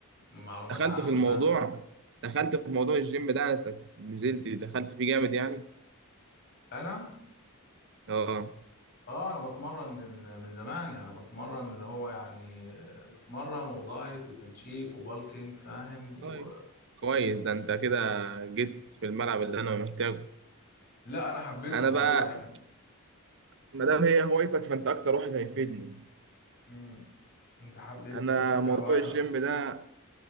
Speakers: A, on the left; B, on the right.
A: معلومات
B: دخلت
A: عامة
B: في الموضوع دخلت في موضوع الجيم ده انا تت- نزلت دخلت فيه جامد يعني
A: انا
B: اه
A: اه انا بتمرن من من زمان يعني بتمرن اللي هو يعني آه، بتمرن ودايت وتنشيف وبالكينج فاهم و...
B: طيب كويس ده انت كده جيت في الملعب اللي انا محتاجه
A: لا انا حبيت
B: انا
A: الموضوع
B: بقى
A: يعني
B: ما دام هي هوايتك فانت اكتر واحد هيفيدني
A: مم. انت حبيت
B: انا
A: تمارسها كهواية
B: موضوع الجيم
A: ولا
B: ده